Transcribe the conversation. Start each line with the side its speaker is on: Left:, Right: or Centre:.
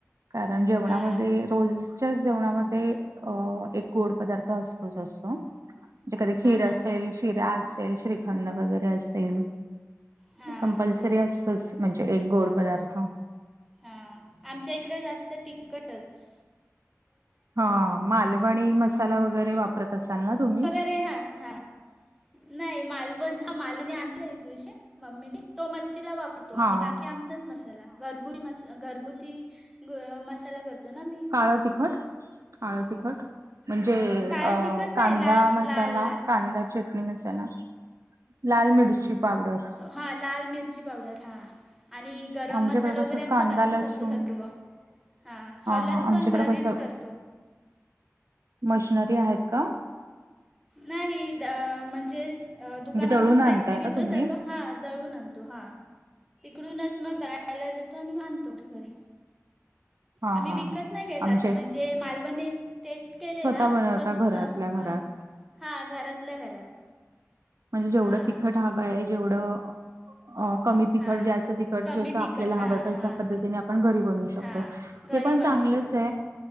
Right: कारण जेवणामध्ये
Centre: हा
Right: रोजच्याच जेवणामध्ये अ एक गोड पदार्थ असतो जसो जे क
Centre: हा
Right: खीर
Centre: हा
Right: असेल.
Centre: हा
Right: शिरा असेल श्रीखंड वगैरे असेल
Centre: हा
Right: कंपल्सरी
Centre: बरोबर
Right: असतच
Centre: बरोबर
Right: म्हणजे एक गोड पदारथो
Centre: हा आमच्या इकडे जास्त तिकटच.
Right: ह मालवणी मसाला वगैरे वापरत असाल ना तुम्ही?
Centre: अरे हा हा. नाही मालवण ह मालवणी आणलाय दिवशी मम्मीने तो मच्छीला वापरतो आणि
Right: हा
Centre: बाकी आम मसाला घरगुती घरगुती मसाला करतो ना मी
Right: काळं तिखट काळळं तिखट म्हणजे
Centre: काळा
Right: अ
Centre: तिखट
Right: कांदा
Centre: नाही लाल
Right: मसाला
Centre: लाल लाल
Right: कांदा चटणी मसाला लाल मिरचीची पावडर
Centre: हा लाल मिरची पावडर हा. आणि गरम
Right: आमच्याकडे
Centre: मसाला
Right: कसं
Centre: वगैरे आमच्या
Right: कांदा
Centre: घरचच
Right: लसूण
Centre: असते सर्व हा हलत
Right: हा आमच्याकडे
Centre: पण घरीच
Right: कसं
Centre: करतो.
Right: मशनरी आहेत का?
Centre: नाही द म्हणजेच अ दुकानातून
Right: म्हणजे दळून
Centre: साहित्य
Right: आणताय
Centre: घेतो
Right: का तुम्ही
Centre: सर्व हा दळून आणतो हा. तिकडूनच मग दायला देतो आणि मानतो घरी
Right: हा
Centre: आम्ही
Right: हा
Centre: विकत नाही घ
Right: आमच्या
Centre: त असं म्हणजे मालवणी टेस्ट केलेला
Right: स्वतः बनवता
Centre: मस्त
Right: घरातल्या
Centre: हां
Right: घरात
Centre: हां घरातल्या घरात
Right: म्हणजे जेवढं
Centre: हां
Right: तिखट हवं आहे जेवढं. अ कमी तिखट
Centre: हां
Right: जास्त तिखट
Centre: कमी
Right: जसं
Centre: तिखट
Right: आपल्याला
Centre: हां
Right: हवं तशा
Centre: हां
Right: पद्धतीने आपण घरी बनवू शकतो.
Centre: हां घरी
Right: ते पण
Centre: बनवू
Right: चांगलंच
Centre: शकतो
Right: आहे.